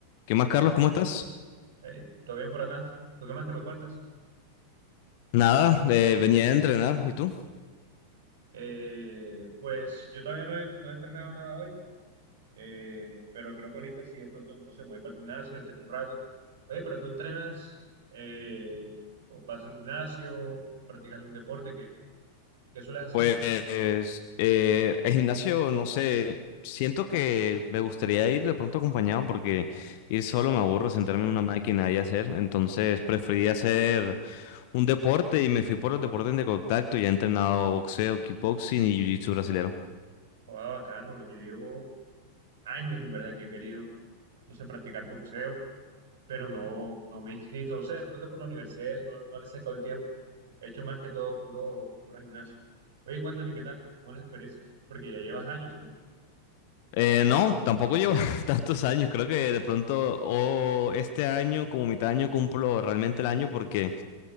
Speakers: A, on the left; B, on the right.
A: ¿Qué más,
B: ¿Qué
A: Carlos?
B: más, Andrés?
A: ¿Cómo estás?
B: Hey, ¿todo bien por acá? ¿Tú qué más que me cuentas?
A: Nada, eh, venía a entrenar. ¿Y tú?
B: Eh, pues yo todavía no he, no he entrenado nada hoy, eh, pero creo que ahorita sí de pronto, no sé, me voy para el gimnasio, entreno un rato. Oye, pero tú entrenas, eh, o vas al gimnasio, practicas algún deporte, ¿qué, qué sueles hacer?
A: Pues eh, el gimnasio, no sé, siento que me gustaría ir de pronto acompañado porque ir solo me aburro, sentarme en una máquina y hacer. Entonces preferí hacer un deporte y me fui por los deportes de contacto. Ya he entrenado boxeo, kickboxing y jiu-jitsu brasilero.
B: Jugaba bacano, yo llevo años en verdad que he querido, no sé, practicar boxeo. pero no, no me he inscrito. No sé, de pronto por la universidad eso, no, no le he sacado el tiempo. He hecho más que todo puro, puro gimnasio. Oye, cuéntame, ¿qué tal? ¿Cómo es la experiencia? Porque ya llevas años, ¿no?
A: Eh, no, tampoco llevo <laughs> tantos años. Creo que de pronto o este año, como mitad de año, cumplo realmente el año porque...